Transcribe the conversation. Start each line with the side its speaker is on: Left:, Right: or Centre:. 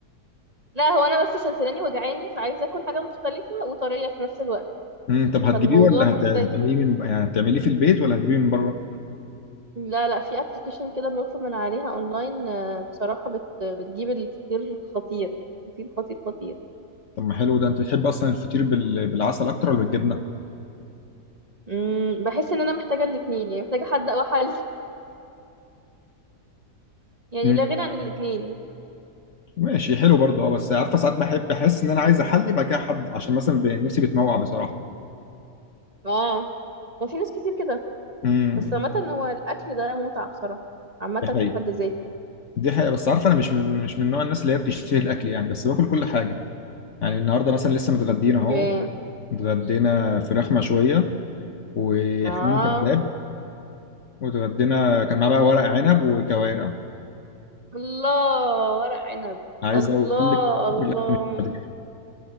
Right: لا هو انا بس سلسلاني وجعاني فعايزه اكل حاجه مختلفه وطريه في نفس الوقت
Left: امم طب هتجيبيه
Right: فالموضوع
Left: ولا
Right: محتاج
Left: هت... هتعمليه من يعني هتعمليه في البيت ولا هتجيبيه من بره
Right: لا لا في ابلكيشن كده بنطلب من عليها اونلاين آه، بصراحه بت... بتجيب الفطير خطير خطير خطير خطير
Left: طب ما حلو ده انت بتحب اصلا الفطير بال... بالعسل اكتر ولا بالجبنه
Right: مم، بحس ان انا محتاجه الاتنين يعني محتاجه حد او حل يعني
Left: امم
Right: لا غنى عن الاتنين
Left: ماشي حلو برضه اه بس عارفه ساعات بحب احس ان انا
Right: مم،
Left: عايز احلي بقى كده حد عشان مثلا ب... نفسي بتموع بصراحه
Right: اه ما في ناس كتير كده
Left: امم
Right: بس عامة هو الأكل ده متعة بصراحة عامة
Left: دي حقيقه
Right: في حد ذاته
Left: دي حقيقه بس عارفه انا مش من... مش من نوع الناس اللي هي بتشتهي الاكل يعني بس باكل كل حاجه يعني النهارده مثلا لسه متغدينا
Right: اوكي
Left: اهو اتغدينا فراخ مشويه وحمام
Right: اه
Left: كذاب واتغدينا كان معاه بقى ورق عنب وكوارع
Right: الله ورق عنب
Left: عايز
Right: الله
Left: اقول لك
Right: الله
Left: الأكل مش قادر.